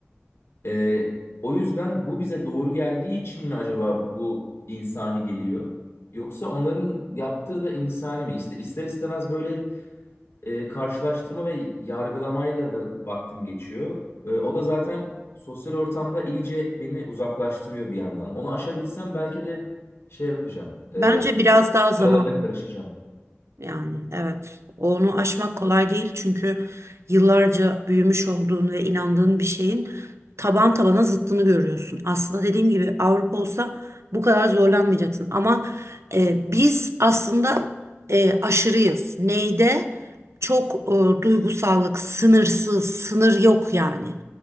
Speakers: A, on the left (about 70°); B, on the right (about 80°).
A: E, o yüzden bu bize doğru geldiği için mi acaba bu insani geliyor? Yoksa onların yaptığı da insani mi? İşte ister istemez böyle e, karşılaştırma ve yargılamayla da vaktim geçiyor. E, o da zaten sosyal ortamda iyice beni uzaklaştırıyor bir yandan. Onu aşabilsem belki de şey yapacağım. E,
B: Bence biraz daha zamanlı.
A: aralarına karışacağım.
B: Yani evet onu aşmak kolay değil çünkü yıllarca büyümüş olduğun ve inandığın bir şeyin taban tabana zıttını görüyorsun. Aslında dediğim gibi Avrupa olsa bu kadar zorlanmayacaksın ama e, biz aslında e, aşırıyız. Neyde? Çok e, duygusallık, sınırsız, sınır yok yani.